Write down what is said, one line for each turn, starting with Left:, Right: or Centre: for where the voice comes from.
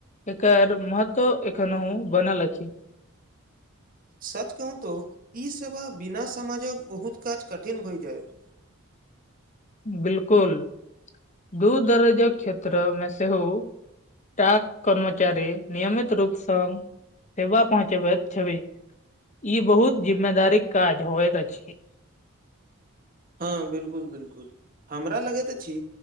Left: एकर महत्व एखनहु बनल अछि
Right: सच कहूं तो ई सेवा बिना समाजक बहुत काज कठिन भइ जायत
Left: बिलकुल दूर दराजक क्षेत्र मे सेहो डाक कर्मचारी नियमित रूप सँ सेबा पहुँचबति छबि ई बहुत जिम्मेदारीक काज होइत अछि
Right: हँ बिल्कुल बिलकुल हमरा लगति अछि